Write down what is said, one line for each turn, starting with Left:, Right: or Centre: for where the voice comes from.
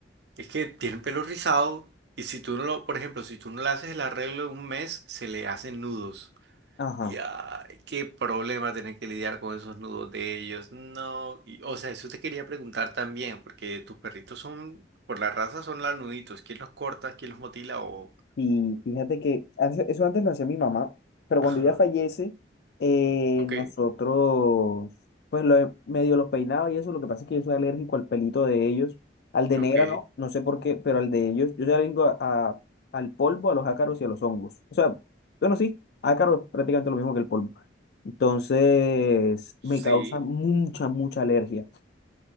Right: es que tiene el pelo rizado y si tú no lo, por ejemplo, si tú no le haces el arreglo en un mes, se le hacen nudos.
Left: <laughs> Ajá.
Right: Y ay, qué problema tener que lidiar con esos nudos de ellos. No, y, o sea, eso te quería preguntar también, porque tus perritos son, por la raza son lanuditos. ¿Quién los corta? ¿Quién los motila? O...
Left: Y fíjate que antes- eso antes lo hacía mi mamá, pero
Right: Ajá,
Left: cuando ella fallece, eh,
Right: ok,
Left: nosotros, pues lo, he- medio los peinaba y eso, lo que pasa es que yo soy alérgico al pelito de ellos, al de
Right: ok,
Left: negra no, no sé por qué, pero al de ellos, yo soy alérgico a, a- al polvo, a los ácaros y a los hongos. O sea, bueno, sí, ácaro es prácticamente lo mismo que el polvo. Entonces,
Right: sí,
Left: me causa mucha, mucha alergia.